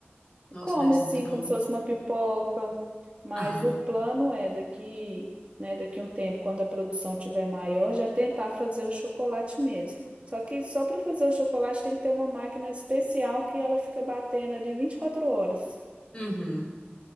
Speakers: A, on the right; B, on the left.
A: E
B: Nossa,
A: Come
B: deve ser
A: assim,
B: muito bom.
A: como se fosse uma pipoca. Mas
B: Aham.
A: o plano é daqui, né, daqui um tempo, quando a produção tiver maior, já tentar fazer o chocolate mesmo. Só que só para fazer o chocolate tem que ter uma máquina especial que ela fica batendo ali 24 horas
B: Uhum.